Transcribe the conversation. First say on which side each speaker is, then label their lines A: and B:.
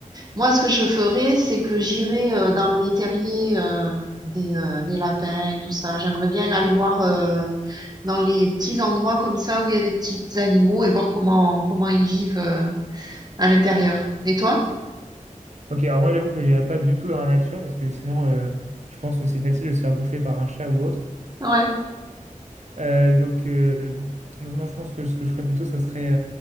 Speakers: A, on the right; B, on the right.
A: Moi, ce que je ferais, c'est que j'irais, heu, dans les terriers, heu, des, heu, des lapins et tout ça. J'aimerais bien aller voir, heu, dans les petits endroits comme ça où il y a des petits animaux et voir comment comment ils vivent, heu, à l'intérieur. Et toi?
B: Ok, alors moi j'avoue que je n'irai pas du tout dans la nature, parce que sinon, euh, je pense que c'est facile de se faire bouffer par un chat ou autre.
A: Ouais,
B: Euh, donc, euh, donc non, je pense que ce que je ferais plutôt, ça serait...